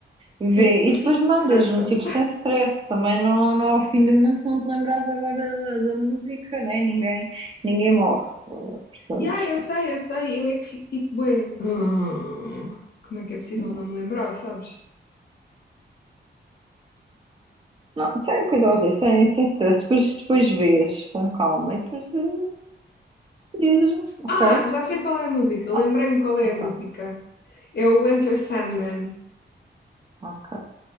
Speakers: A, on the right; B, on the left.
A: Vê,
B: Eu
A: e
B: fico
A: depois mandas-me,
B: possessa.
A: tipo, sem stress, também não, não é o fim do mundo se não te lembrares agora da, da música, né? Ninguém, ninguém morre, eh, portanto,
B: E ah, eu sei, eu sei, eu é que fico tipo, bué. <sighs> "Hum, como é que é possível
A: não,
B: não me lembrar, sabes?
A: não, sei o que eu estou a dizer, sem, sem stress, depois, depois vês com calma e depois eh, dizes-me, ok,
B: Ah,
A: eh,
B: já sei qual é a música, lembrei-me
A: ah,
B: qual é a música.
A: pronto,
B: É o Enter Sandman.
A: ok,